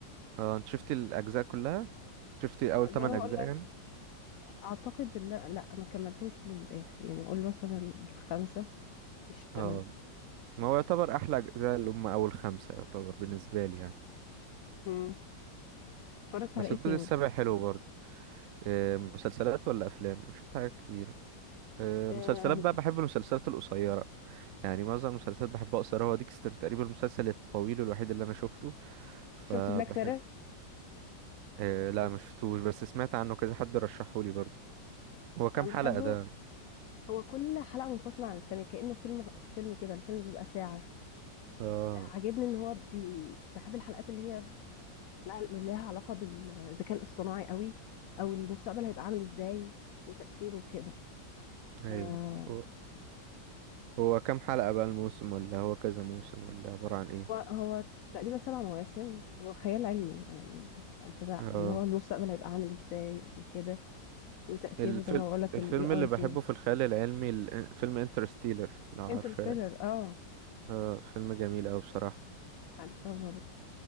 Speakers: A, on the right (about 85°); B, on the left (about 75°).
A: اه انت شفتي الاجزاء كلها شفتي اول
B: لا زي
A: 8
B: ما انا
A: اجزاء
B: بقول لك
A: يعني
B: اعتقد لا لا ما كملتوش للاخر يعني اقول مثلا الخمسه مش الثمانيه
A: اه ما هو يعتبر احلى اجزاء اللي هم اول خمسة يعتبر بالنسبة لي يعني
B: امم اتفرجت
A: بس
B: على ايه
A: الجزء
B: تاني
A: السابع حلو برضه آه، مسلسلات ولا افلام شفت حاجات كتير آه،
B: آه
A: مسلسلات بقى بحب المسلسلات القصيرة يعني معظم المسلسلات بحبها قصيرة هو ديكستر تقريبا المسلسل الطويل الوحيد اللي أنا شفته فبحب
B: شفت بلاك ميرور
A: أه لا
B: شوف
A: ما شفتوش بس سمعت عنه كذا حد رشحهولي برضو هو كام
B: انا
A: حلقة
B: بحبه
A: ده
B: هو كل حلقه منفصله عن التانيه كانه فيلم فيلم كده الفيلم بيبقى ساعه
A: اه
B: عاجبني ان هو بي... بحب الحلقات اللي هي لا لها علاقة بالذكاء الاصطناعي قوي او المستقبل هيبقى عامل ازاي وتأثيره كده فهو
A: ايوه هو هو كام حلقة بقى الموسم ولا هو كذا موسم ولا عبارة عن ايه
B: هو تقريبا سبع مواسم وخيال علمي يعني انت ده
A: اه
B: اللي هو المستقبل هيبقى عامل ازاي وكده وتأثير
A: الفيلم
B: زي ما انا بقول لك
A: الفيلم
B: الاي اي
A: اللي بحبه
B: فيه
A: في الخيال العلمي ال- فيلم انترستيلر لو عارفاه
B: انترستيلر اه
A: اه فيلم جميل أوي بصراحة
B: عارفه برضه